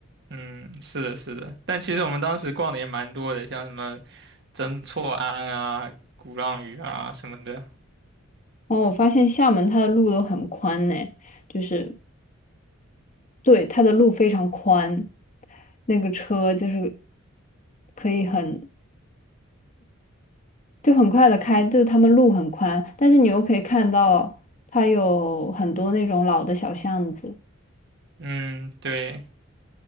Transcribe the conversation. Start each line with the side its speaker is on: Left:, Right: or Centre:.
Right: 嗯，是的，是的。但其实我们当时逛的也蛮多的，像什么曾厝垵啊、鼓浪屿啊什么的。
Left: 然后我发现厦门它的路都很宽呢，就是对它的路非常宽，那个车就是可以很就很快的开，就是他们路很宽，但是你又可以看到它有很多那种老的小巷子。
Right: 嗯，对，